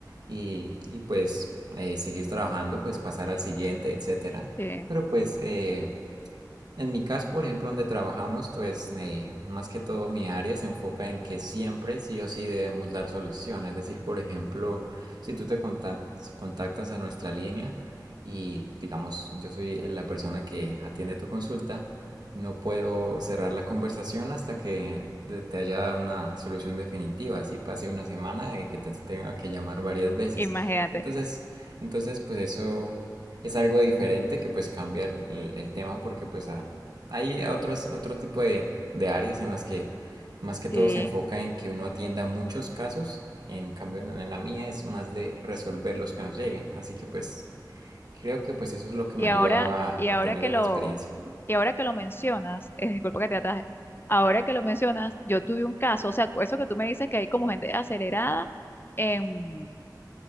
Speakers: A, on the right; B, on the left.
A: y, y pues eh, seguir trabajando, pues pasar al siguiente, etcétera.
B: sí,
A: Pero pues eh, en mi caso, por ejemplo, donde trabajamos, pues eh, más que todo mi área se enfoca en que siempre sí o sí debemos dar solución. Es decir, por ejemplo, si tú te contac- contactas a nuestra línea y digamos yo soy la persona que atiende tu consulta, no puedo cerrar la conversación hasta que te te haya dado una solución definitiva. Así pase una semana y que te tenga que llamar varias veces.
B: imagínate.
A: Entonces, entonces pues eso es algo diferente que pues cambia el, el- el tema porque pues a- hay otros, otro tipo de, de áreas en las que más que
B: Sí,
A: todo se enfoca en que uno atienda muchos casos, en cambio en, la mía es más de resolver los que nos lleguen, así que pues creo que pues eso es lo que
B: Y
A: me
B: ahora,
A: ha ayudado a,
B: y
A: a
B: ahora
A: tener
B: que
A: esa
B: lo,
A: experiencia.
B: y ahora que lo mencionas, <laughs> eh, disculpa que te ataje, ahora que lo mencionas, yo tuve un caso, o sea, eso que tú me dices que hay como gente acelerada en,